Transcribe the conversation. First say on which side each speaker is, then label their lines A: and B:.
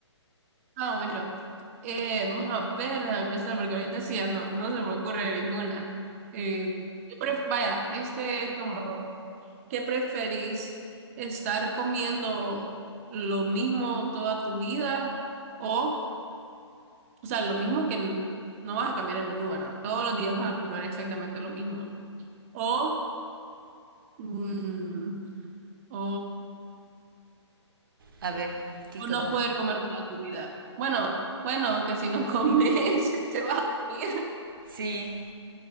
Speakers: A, on the right; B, on the right.
A: ah, bueno. Eh, vamos a ver, a pensar, porque ahorita sí, ya no, no se me ocurre ninguna. Eh, ¿qué pref- vaya, este es como, ¿qué preferís? ¿Estar comiendo lo mismo toda tu vida? O, o sea, lo mismo que n- no vas a cambiar el menú, ¿verdad? Todos los días vas a comer exactamente lo mismo. O, mm, o,
B: A ver, ¿qué
A: o
B: cosa?
A: no poder comer toda tu vida. Bueno, bueno, aunque si no comes, <laughs> te vas a morir.
B: Sí,